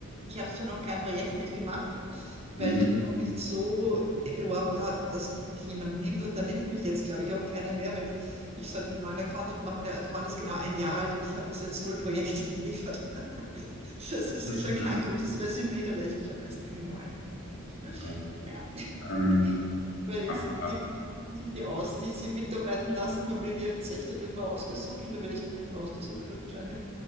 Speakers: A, on the right (about 30°); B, on the left (about 65°).
A: Ich habe zwar noch kein Projekt mitgemacht, weil
B: Mhm.
A: ich mich noch nicht so äh, beworben habe, dass mich jemand nimmt. Und da nimmt mich jetzt, glaube ich, auch keiner mehr, weil ich, ich sollte einen neuen Account aufmachen. Der Account ist genau ein Jahr alt und ich habe bis jetzt null Projekte geliefert. <laughs> Das
B: Das
A: ist
B: ist,
A: sicher
B: äh, oh
A: kein gutes Resümee, da werde ich mich am besten irgendwie neu einloggen.
B: mein Gott.
A: Naja,
B: Ähm,
A: <laughs> weil jetzt
B: aber,
A: die suchen sich die aus, die sie mitarbeiten lassen. Man bewirbt sich, dann wird man ausgesucht und dann werde ich nicht mehr ausgesucht wahrscheinlich.